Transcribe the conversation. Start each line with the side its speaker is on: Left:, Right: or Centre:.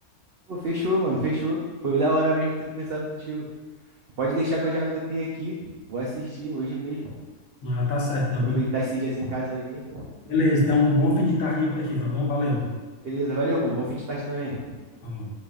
Right: Pô, fechou, mano, fechou. Foi da hora mesmo ter conversado contigo. Pode deixar que eu já anotei aqui. Vou assistir hoje mesmo.
Left: Ah, tá certo. Então,
Right: Aproveitar
Left: tu-
Right: esses dias em casa aí.
Left: beleza. Então, um bom fim de tarde aí pra ti, tá bom? Valeu.
Right: Beleza, valeu, mano. Bom fim de tarde também.
Left: Falou.